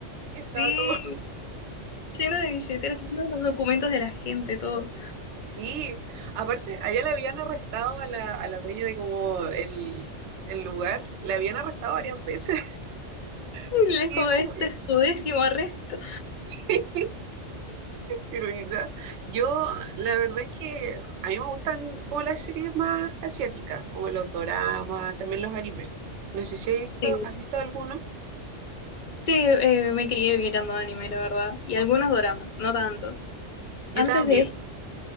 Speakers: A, on the right (about 75°); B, on the left (about 50°).
A: y
B: sí,
A: estaba todo.
B: lleno de billeteras, lleno de los documentos de la gente, todo.
A: Sí, aparte, allá le habían arrestado a la, a la dueña de como el, el lugar, la habían arrestado varias veces <laughs>
B: Y es
A: y,
B: como,
A: como-
B: este
A: y-
B: es tu décimo arresto.
A: <laughs> y risa. Yo, la verdad es que a mí me gustan como las series más asiáticas, como los doramas, también los animes. No sé si has visto,
B: Sí.
A: has visto alguno.
B: Sí, eh, me crié mirando anime, la verdad. Y
A: Ah,
B: algunos doramas, no tanto.
A: yo
B: Antes
A: también.
B: de este,